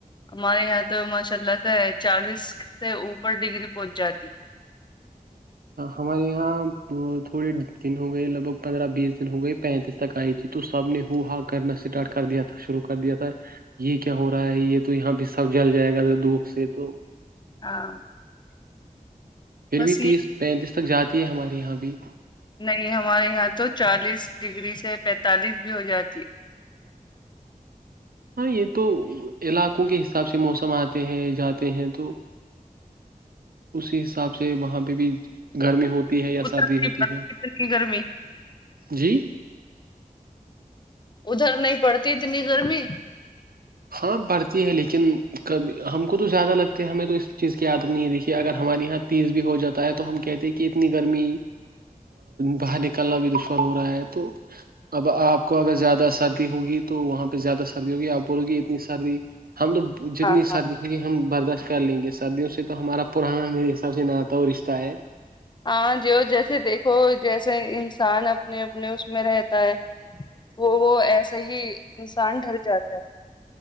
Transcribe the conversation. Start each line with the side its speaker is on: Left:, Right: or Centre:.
Left: ہمارے یہاں تو ماشاء اللہ سے چالیس سے اوپر ڈگری پہنچ جاتی
Right: ہمارے یہاں تھوڑے دن ہو گئے لگ بھگ پندرہ بیس دن ہو گئے پینتیس تک آئی تھی تو سب نے ہو ہا کرنا اسٹارٹ کر دیا تھا شروع کر دیا تھا یہ کیا ہو رہا ہے یہ تو یہاں پہ سب جل جائے گا دھوپ سے تو
Left: ہاں
Right: پھر
Left: بس
Right: بھی
Left: یہ
Right: تیس پینتیس تک جاتی ہے ہمارے یہاں بھی
Left: نہیں ہمارے یہاں تو چالیس ڈگری سے پینتالیس بھی ہو جاتی ہے
Right: ہاں یہ تو علاقوں کے حساب سے موسم آتے ہیں جاتے ہیں تو اسی حساب سے وہاں پہ بھی گرمی ہوتی تی ہے یا
Left: اتر
Right: سردی
Left: نہیں
Right: ہوتی
Left: پڑتی
Right: ہے
Left: اتنی گرمی
Right: جی
Left: ادھر نہیں پڑتی اتنی گرمی
Right: ہاں پڑھتی ہے لیکن کبھی ہم کو تو زیادہ لگتے ہے ہمیں تو اس چیز کی یادت نہیں ہے دیکھیے اگر ہمارے یہاں تیز بھی ہو جاتا ہے تو ہم کہتے ہیں کہ اتنی گرمی باہر نکلنا بھی دشکر ہو رہا ہے تو اب آپ کو اگر زیادہ سردی ہوگی تو وہاں پہ زیادہ سردی ہوگی آپ بولو گی اتنی سردی ہم تو جتنی
Left: ہاں ہاں
Right: سردی کیہ ہم برداشت کر لیں گے سردیوں سے تو ہمارا پرانا میرے حساب سے نہ آتا ہو رشتہ ہے
Left: ہاں جو جیسے دیکھو جیسے انسان اپنے اپنے اس میں رہتا ہے وہ وہ ایسا ہی انسان ڈر جاتا ہے